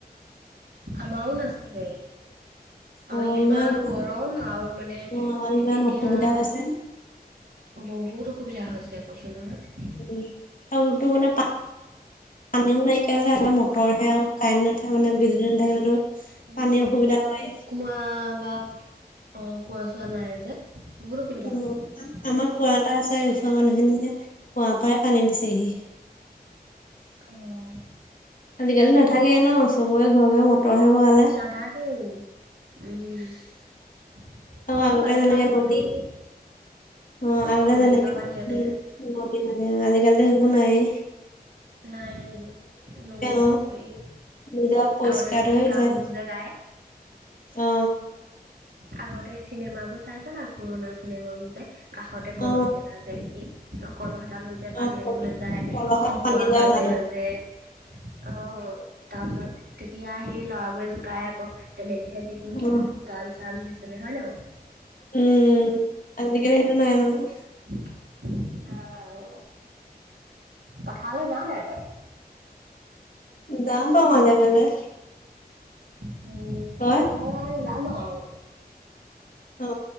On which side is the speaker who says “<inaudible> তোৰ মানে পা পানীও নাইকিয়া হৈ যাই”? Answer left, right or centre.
Left